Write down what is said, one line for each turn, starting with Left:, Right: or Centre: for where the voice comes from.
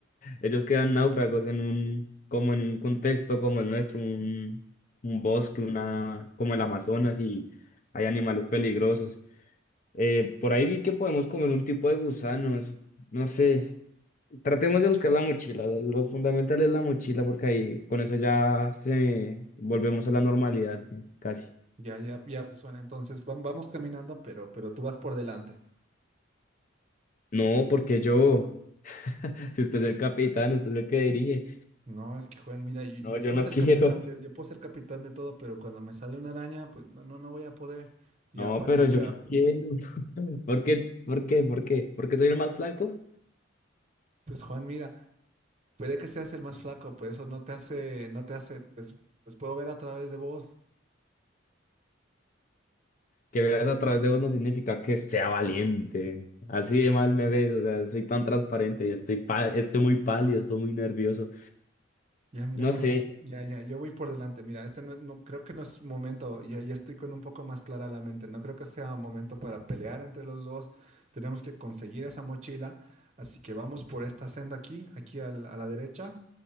Left: Ellos quedan náufragos en un, como en un contexto como el nuestro, un, un bosque, una, como el Amazonas y hay animales peligrosos. Eh, por ahí vi que podemos comer un tipo de gusanos. No sé. Tratemos de buscar la mochila. Lo lo fundamental es la mochila porque ahí con eso ya se volvemos a la normalidad casi.
Right: Ya, ya, ya, pues bueno, entonces vam- vamos caminando, pero, pero tú vas por delante.
Left: No, porque yo, <laughs> si usted es el capitán, usted es el que dirige.
Right: No, es que Juan, mira, yo,
Left: No,
Right: yo
Left: yo
Right: puedo
Left: no
Right: ser
Left: <laughs> quiero.
Right: capitán de, yo puedo ser capitán de todo, pero cuando me sale una araña, pues no, no, no voy a poder. Y
Left: No,
Right: aparte,
Left: pero
Right: mira,
Left: yo no quiero. <laughs> ¿Por qué? ¿Por qué? ¿Por qué? Porque soy el más flaco.
Right: pues Juan, mira, puede que seas el más flaco, pues eso no te hace, no te hace, pues, pues puedo ver a través de vos.
Left: Que veas a través de vos no significa que sea valiente. Así de mal me ves, o sea, soy tan transparente, estoy pa- estoy muy pálido, estoy muy nervioso.
Right: Ya, mira,
Left: No
Right: Juan,
Left: sé.
Right: ya, ya, yo voy por delante. Mira, este no, no- creo que no es momento, ya, ya estoy con un poco más clara la mente. No creo que sea momento para pelear entre los dos. Tenemos que conseguir esa mochila. Así que vamos por esta senda aquí, aquí al- a la derecha,